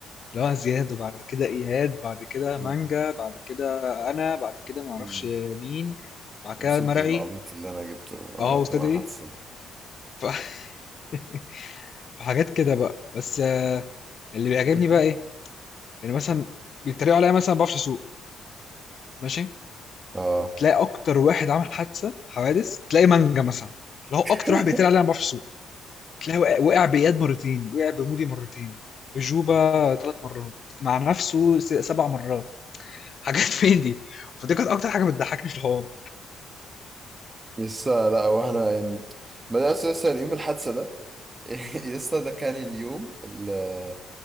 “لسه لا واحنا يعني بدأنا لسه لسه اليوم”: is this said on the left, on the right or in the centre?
Right